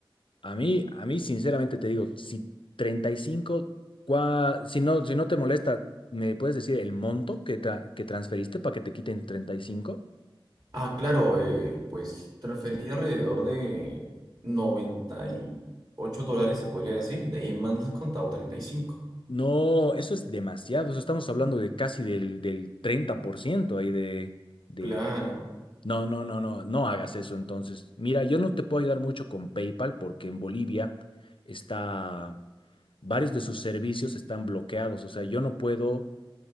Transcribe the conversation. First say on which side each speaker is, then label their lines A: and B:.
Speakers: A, on the left; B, on the right.
A: A mí, a mí, sinceramente te digo, si 35, cua- si no, si no te molesta, ¿me puedes decir el monto que, tra- que transferiste para que te quiten treinta y cinco.
B: Ah, claro, eh, pues transferí alrededor de noventa y ocho dólares, se podría decir, y de ahí me han descontado 35.
A: No, eso es demasiado. Eso estamos hablando de casi del, del 30% ahí de, de...
B: Claro,
A: No, no, no, no, no hagas eso entonces. Mira, yo no te puedo ayudar mucho con PayPal porque en Bolivia está... Varios de sus servicios están bloqueados. O sea, yo no puedo